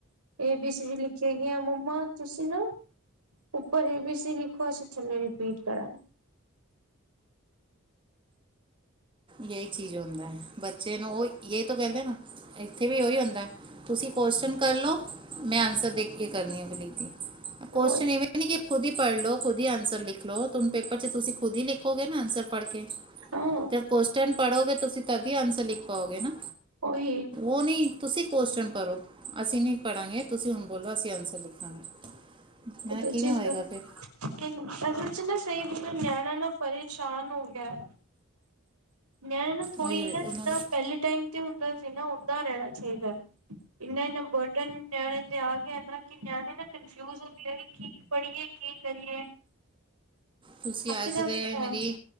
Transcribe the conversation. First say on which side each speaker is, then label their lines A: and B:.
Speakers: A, on the right; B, on the right.
A: ਏ, ਬੀ, ਸੀ ਲਿੱਖੇ ਗਿਆਂ, ਮੰਮਾ ਤੁਸ ਢਿੱਲੋਂ, ਉੱਪਰ ਏ, ਬੀ, ਸੀ ਲਿਖੋ, ਅਸੀ ਥੱਲੋ ਰਿਪੀਟ ਕਰਾ
B: ਯੇਈ ਚੀਜ਼ ਹੋਂਦੈ, ਬੱਚੇ ਨੂੰ ਓਈ ਯੇ ਤੋ ਕੈਂਦੇ ਨਾ ਐਥੇ ਵੀ ਓਈ ਹੁੰਦੈ, ਤੁਸੀ ਕੋਸ਼ਚਨ ਕੱਰ ਲੋ, ਮੈਂ ਆਂਸਰ ਦੇਖ ਕੇ ਕਰਨੀ ਆ, ਫੇਰ ਲਿਖਦੀ, ਕੋਸ਼ਚਨ
A: ਉਹੀ
B: ਇਵੇਂ- ਐ ਨੀ ਕਿ ਖੁਦ ਈ ਪੜ ਲੋ, ਖੁਦ ਈ ਆਂਸਰ ਲਿਖ ਲੋ, ਤੁਮ ਪੇਪਰ 'ਚ ਤੁਸੀ ਖੁਦ ਈ ਲਿਖੋਗੇ ਨਾ ਆਂਸਰ ਪੱੜ ਕੇ
A: ਹਾਂ
B: ਤੇ ਕੋਸ਼ਚਨ ਪੜੋਗੇ ਤੁਸੀ, ਤੱਦ ਈ ਆਂਸਰ ਲਿਖ ਪਾਓਗੇ ਨਾ।
A: ਓਹੀ।
B: ਓ ਨੀ ਤੁਸੀ ਕੋਸ਼ਚਨ ਪਰੋ। ਅਸੀ ਨੀ ਪੜਾਂਗੇ, ਤੁਸੀਂ ਹੁਨ ਬੋਲੋ ਅਸੀ ਆਂਸਰ ਲਿਖਾਂਗੇ।
A: ਉਹ
B: ਮੈਂ
A: ਤੇ ਹਰ
B: ਕਿਵੇਂ
A: ਚੀਜ਼
B: ਹੋਏਗਾ
A: ਪਰ
B: ਫਿਰ
A: ਅਸਲ 'ਚ ਨਾ, ਸਈ ਬੋਲਾ ਨਿਆਣਾ ਨਾ ਪਰੇਸ਼ਾਨ ਹੋਗਯੈ। ਨਿਆਨਾ ਨਾ ਥੋੜੀ
B: ਉਹੀ
A: ਨਾ,
B: ਉਹਨਾਂ
A: ਜਿੱਦਾਂ
B: ਨੂੰ
A: ਪੈਲੇ ਟਾਈਮ ਤੇ ਹੁੰਦਾ ਸੀ ਨਾ, ਓਦਾਂ ਰੈਣਾ ਚਾਈਦੈ ਇੰਨਾ-ਇੰਨਾ ਬ‌ਅਡਨ ਨਿਆਣਿਆਂ ਤੇ ਆ ਗਿਆ ਨਾ ਕਿ ਨਿਆਨੇ ਨਾ ਕਨਫਯੂਜ ਹੁੰਦੇ ਕੀ ਪੜੀਏ, ਕੀ ਕਰੀਏ।
B: ਤੁਸੀ
A: ਥੱਕ
B: ਅੱਜ
A: ਜਾਂਦੇ
B: ਦੇ ਮੇਰੀ
A: ਆ ਹੂੰ